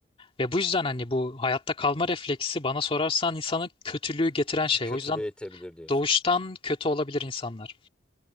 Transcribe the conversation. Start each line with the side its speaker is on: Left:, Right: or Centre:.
Left: Ve bu yüzden hani bu hayatta kalma refleksi bana sorarsan insanı kötülüğü getiren
Centre: Bir
Left: şey.
Centre: kötülüğe
Left: O yüzden
Centre: itebilir diyorsun.
Left: doğuştan kötü olabilir insanlar.